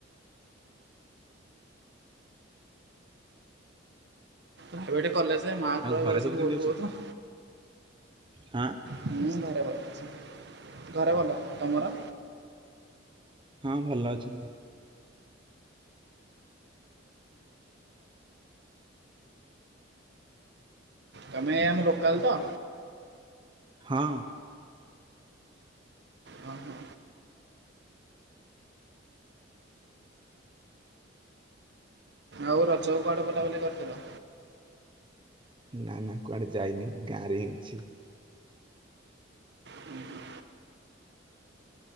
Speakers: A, on the right; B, on the right.
A: ଏବେଠେ କଲେଜ ମାରକ୍
B: ଆଉ
A: ରହିଯାଉଛି
B: ଘରେ ସବୁ
A: ବହୁତ
B: କେମିତି ଅଛନ୍ତି?
A: ବହୁତ।
B: ହଁ
A: ହୁଁ ଘରେ ଭଲ ଅଛି ଘରେ ଭଲ ତମର?
B: ହଁ ଭଲ ଅଛନ୍ତି।
A: ତମେ ଆମ ଲୋକାଲ୍ ତ।
B: ହଁ
A: ହ ହୋ ଆଉ ରଜ କୁ କୁଆଡେ ବୁଲାବୁଲି କରିଥିଲ।
B: ନା ନା କୁଆଡେ ଯାଇନି ଗାଁ ରେ ହିଁ ଅଛି।
A: ହୁଁ ହୁଁ